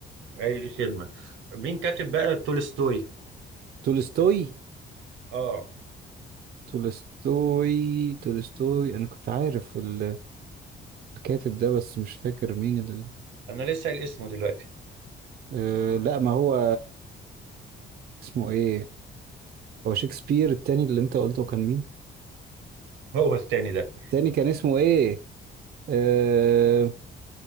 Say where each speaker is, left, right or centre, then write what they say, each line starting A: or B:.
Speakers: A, on the right; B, on the right.
A: اي خدمه مين كاتب بقى تولستوي
B: تولستوي
A: اه
B: تولستوي تولستوي انا كنت عارف ال- الكاتب ده بس مش فاكر مين ال...
A: انا لسه قايل اسمه دلوقتي
B: آه لا ما هو اسمه ايه هو شكسبير التاني اللي انت قلته كان مين
A: <laughs> هو التاني ده
B: التاني كان اسمه ايه آه